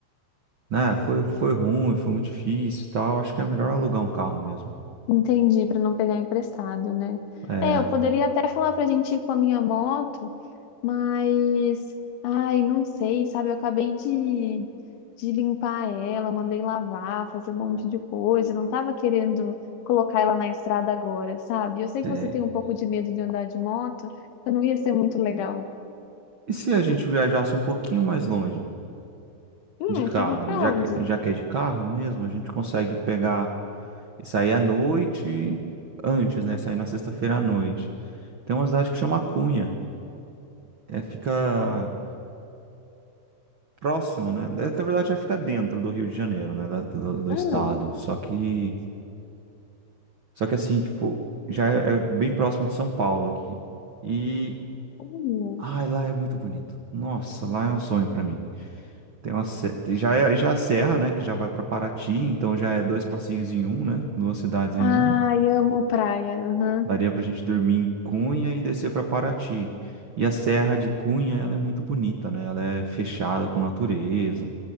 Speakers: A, on the right; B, on the left.
A: né, foi, foi ruim, foi muito difícil e tal. Acho que é melhor alugar um carro mesmo.
B: Entendi, para não pegar emprestado, né?
A: É,
B: É, eu poderia até falar pra gente ir com a minha moto, mas ai, não sei, sabe? Eu acabei de, de limpar ela, mandei lavar, fazer um monte de coisa, não tava querendo colocar ela na estrada agora, sabe? Eu sei
A: é.
B: que você tem um pouco de medo de andar de moto, então não ia ser muito legal.
A: E se a gente viajasse um pouquinho mais longe
B: Hum,
A: de carro?
B: tipo, pra
A: Já
B: onde?
A: que, já que é de carro mesmo, a gente consegue pegar e sair à noite antes, né? Sair na sexta-feira à noite. Tem uma cidade que chama Cunha. É, fica próximo, né? é, Na verdade, já fica dentro do Rio de Janeiro, né? da- do, do
B: Ah,
A: estado. Só que, só que assim, tipo, já é é bem próximo de São Paulo aqui. E
B: olha.
A: Ai, lá é muito bonito. Nossa, lá é um sonho pra mim. Tem uma se- já é já é a serra, né, que já vai pra Paraty, então já é dois passinhos em um, né? Duas cidades em
B: Ai,
A: uma.
B: amo praia. aham.
A: Daria pra gente dormir em Cunha e descer pra Paraty. E a serra de Cunha, ela é muito bonita, né? Ela é fechada com natureza,